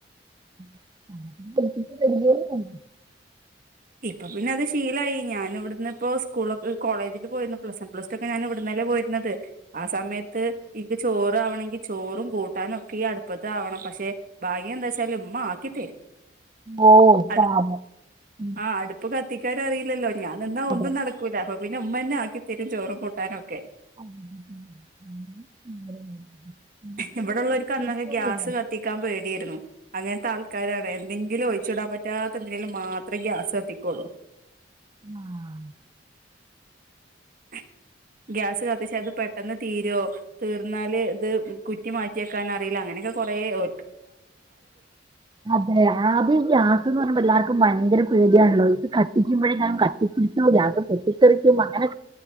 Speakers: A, on the right; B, on the right.
A: <unintelligible>
B: ഇപ്പൊ പിന്നെ അത് ശീലായി ഞാനിവിടുന്ന് ഇപ്പോ സ്കൂൾ കോളേജിൽ പോയിന്നു പ്ലസ് വൺ പ്ലസ് റ്റു ഒക്കെ ഞാൻ ഇവിടു ന്ന പോര്ന്നത് ആ സമയത്ത് ഇക്ക് ചോറ് ആവണങ്കി ചോറും കൂട്ടാനും ഒക്കെ ഈ അട്പ്പത്ത് ആവണം പക്ഷെ ഭാഗ്യം എന്താച്ച് എന്താലും ഉമ്മ ആക്കി തെരും
A: ഓ
B: അടു
A: പാപം ഉം,
B: ആഹ് അടുപ്പ് കത്തിക്കാനറിയില്ലല്ലോ ഞാൻ നിന്നാ
A: അതെ
B: ഒന്നും നടക്കൂല പിന്നെ ഉമ്മന്നെ ആക്കിതരും ചോറും കൂട്ടാനുംഒക്കെ
A: <unintelligible>
B: ഇവിടെള്ളോർക്ക്
A: ഇതിന്
B: അന്നൊക്കെ
A: പേടിക്കാനില്ല.
B: ഗ്യാസ് കത്തിക്കാൻ പേടിയായിരുന്നു അങ്ങനത്തെ ആൾക്കാരാണ് എന്തെ ന്തെങ്കിലും ഒഴിച്ചുടാൻ പറ്റാത്ത എന്തെനേലും മാത്രേ ഗ്യാസ് കത്തിക്കുള്ളൂ
A: ആഹ്
B: <inaudible> ഗ്യാസ് കത്തിച്ചാത് പെട് പെട്ടെന്ന് തീരോ തീർന്നാല് ത് കുറ്റി മാറ്റിയെക്കാൻ നറിയില്ല അങ്ങനെയൊക്കെ കൊറേ ഒ
A: അതെ ആദ്ധ്യം ഗ്യാസ് ന്ന് പറയുമ്പോ എല്ലാർക്കും ഭയങ്കര പേടിയാണല്ലോ ഇത് കത്തിക്കുമ്പോഴേ ഞാൻ കത്തിപ്പടിച്ചോ ഗ്യാസ് പൊട്ടി തെറിക്കോ അങ്ങനെ